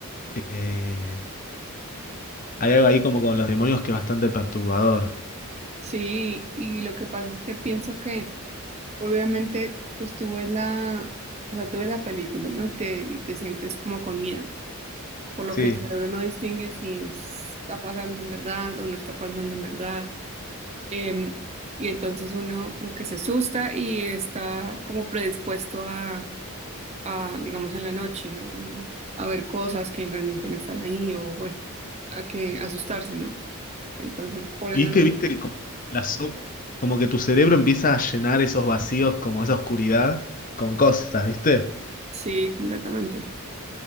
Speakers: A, on the left; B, on the right.
A: Eh, hay algo ahí como con los demonios que es bastante perturbador.
B: Sí, y lo que pasa es que pienso que obviamente pues tú ves la, o sea, tú ves la película, ¿no? Y te, y te sientes como con miedo, por lo
A: Sí.
B: que el cerebro no distingue si es- está pasando en verdad o no está pasando en verdad. Em, y entonces uno como que se asusta y está como predispuesto a, a, digamos, en la noche, ¿no? A ver cosas que realmente no están ahí o bueno, a que asustarse, ¿no? Entonces, por
A: Y
B: eso
A: es
B: no.
A: que, viste, como, la so- como que tu cerebro empieza a llenar esos vacíos, como esa oscuridad, con cosas, ¿viste?
B: Sí, completamente.